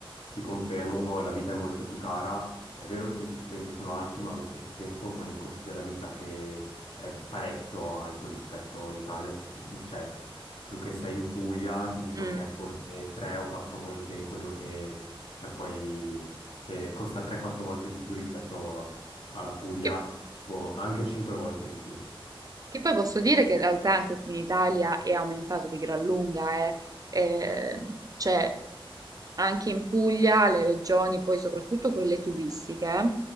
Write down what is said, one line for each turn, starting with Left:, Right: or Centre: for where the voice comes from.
Left: Ti confermo, la vita è molto più cara. È vero che gli stipendi sono alti, ma allo stesso tempo con il costo della vita che è parecchio alto rispetto all'Italia, si- cioè tu che sei in Puglia, ti dico
Right: Mm.
Left: che è forse tre o quattro volte quello che, cioè poi, che costa 3-4 volte di più rispetto a- alla Puglia,
Right: Che,
Left: boh, anche 5 volte di più.
Right: che poi posso dire che in realtà anche qui in Italia è aumentato di gran lunga, eh. Eh, cioè, anche in Puglia le regioni, poi soprattutto quelle turistiche,